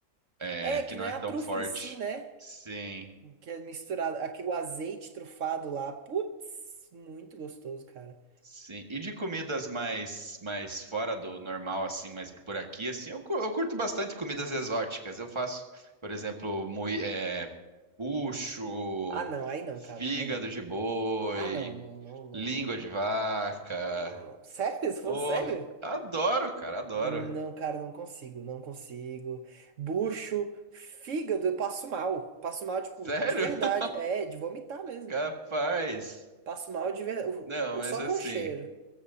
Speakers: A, on the right; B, on the right.
A: é,
B: É
A: que
B: que
A: não
B: não
A: é
B: é a
A: tão
B: trufa
A: forte.
B: em si, né?
A: Sim.
B: Que é misturado. Aqui, o azeite trufado lá. Putz, muito gostoso, cara.
A: Sim. E de comidas mais mais fora do normal, assim, mas por aqui, assim, eu, cu- eu curto bastante comidas exóticas. Eu faço, por exemplo, mui, é, bucho,
B: Ah, não. Aí não,
A: fígado
B: cara. Aí não.
A: de boi,
B: Ah, não, não, não, não,
A: língua
B: não.
A: de vaca.
B: Não, não, não. Sério? Você tá
A: Oh,
B: falando sério?
A: adoro, cara, adoro.
B: Não, cara, não consigo, não consigo. Bucho, fígado, eu passo mal. Passo mal, tipo,
A: Sério?
B: de verdade.
A: <laughs>
B: É, de vomitar mesmo.
A: Capaz.
B: Passo mal de verdade.
A: Não,
B: Ou
A: mas
B: só
A: assim.
B: com cheiro.